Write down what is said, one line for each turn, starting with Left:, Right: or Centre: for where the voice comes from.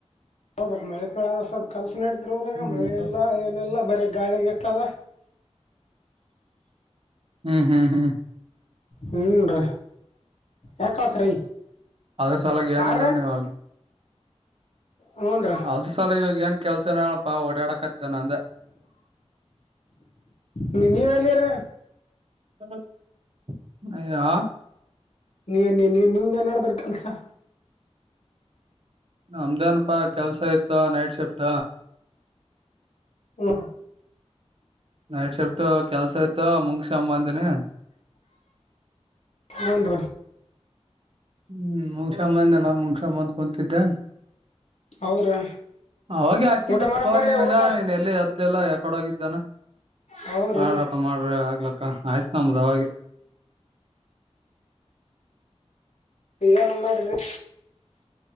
Left: ಹೌದ್ರೀ ಮಳೆ ಕ ಆದ್ರ ಸ್ವಲ್ಪ ಕೆಲಸ ನಡಿದ್ರಿ ಊರಾಗ
Right: ಹ್ಮ್
Left: ಮಳೆ ಇಲ್ಲ ಏನೆಲ್ಲಾ ಬರಿ ಗಾಳಿಗೆ ಇಟ್ಟವ
Right: ಹೂ ಹೂ ಹೂ
Left: ಹೂ ರೀ ಯಾಕಾತ್ರಿ
Right: ಅದ್ರ ಸಲಾಗಿ ಏನಿಲ್ಲ
Left: ಆರ
Right: ನೀವು
Left: ಹೂನ್ರೀ
Right: ಅಲ್ದು ಸಾಲಗ ಏನ್ ಕೆಲ್ಸನಪ್ಪಾ ಓಡಾಡಕ್ದ ನಂದ
Left: ನೀ ನೀವ ಎಲ್ಲಿರೀ
Right: ಅ ಹಾ
Left: ನೀ ನೀ ನೀ ನಿಮ್ದೆ ನೆಡ್ಡಡ್ರಿ ಕೆಲ್ಸ
Right: ನಮ್ದೇನಪ್ಪಾ ಕೆಲ್ಸ ಇತ್ತ ನೈಟ್ ಶಿಫ್ಟ
Left: ಹೂ
Right: ನೈಟ್ ಶಿಫ್ಟ್ ಕೆಲ್ಸ ಇತ ಮುಗಿಸ್ಕ ಬಂದೀನಿ ಹ
Left: ಹೂನ್ರೀ
Right: ಹೂ ಮುಗ್ಸಬಾಡಿನಲ್ಲ ಮುಗಿಸ್ಕೊಂಡು ಬಂದು ಕುಂತಿದೆ
Left: ಹೌದ್ರಿ
Right: ಅವಾಗ ಹಚ್ಚಿದ್ದ
Left: ಊಟ ಮಾಡಮ್
Right: ಫೋನ್
Left: ಬರ್ರಿ
Right: ನಿಂಗ
Left: ಊಟ
Right: ನೀನ್ ಎಲ್ಲಿ ಎತ್ ಇಲ್ಲ ಯಾಕಡೋಗಿದ್ದಾನ
Left: ಹೌದ್ರಿ
Right: ಮಾಡ್ರಪ್ಪ ಮಾಡ್ರಿ ಆಗ್ಲಕ್ಕ ಆಯ್ತ ಆಯ್ತು ನಮ್ದು ಅವಗೆ
Left: ಏನ್ ಮಾಡೀರಿ